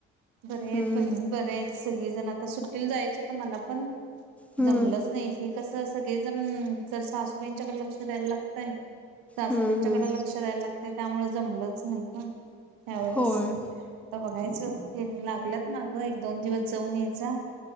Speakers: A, on the right; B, in the centre.
A: बरे आहेत
B: हम्म
A: बहीण बरे आहेत सगळीजण आता सुटील जायचं होत मला पण
B: हम्म
A: जमलंच नाही श कस सगळेजण जर सासूबाईंच्याकडे लक्ष द्यायला लागतय सासऱ्यांच्याकडे
B: हम्म हम्म
A: लक्ष द्यायला लागतय त्यामुळे जमलंच नाही का त्यावेळेस
B: होय
A: बघायच लागलंत मागं एक दोन दिवस जाऊन यायचा